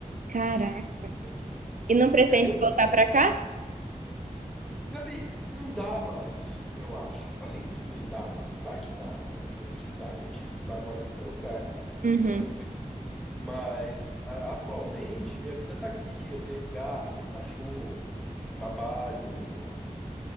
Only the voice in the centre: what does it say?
de, de aqui.
E aí eu,
Gabi, não dá mais, eu acho. Assim, não dá mais. Claro que dá, né? Se precisar, a gente vai morar em qualquer lugar. Não não
tem muito isso. Mas a- atualmente minha vida tá aqui. Eu tenho gato, eu tenho cachorro, trabalho, eh,